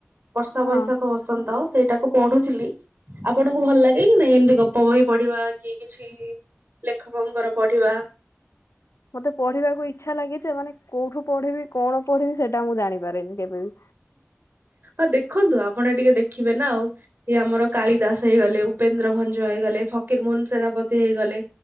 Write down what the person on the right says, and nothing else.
ବର୍ଷା
ବୈଶାଖ ବସନ୍ତ ସେଇଟା ମୁ ପଢୁଥିଲି ଆପଣଙ୍କୁ ଭଲ ଲାଗେ କି ନାଇଁ ଏମିତି ଗପ ବହି ପଢିବା କି କିଛି ଲେଖକଙ୍କର ପଢିବା।
ହଁ ଦେଖନ୍ତୁ ଆପଣ ଟିକେ ଦେଖିବେ ନା ଆଉ। ଇ ଆମର କାଳି ଦାସ ହେଇଗଲେ ଉପେନ୍ଦ୍ର ଭଞ୍ଜ ହେଇଗଲେ ଫକୀର ମୋହନ ସେନାପତି ହେଇଗଲେ।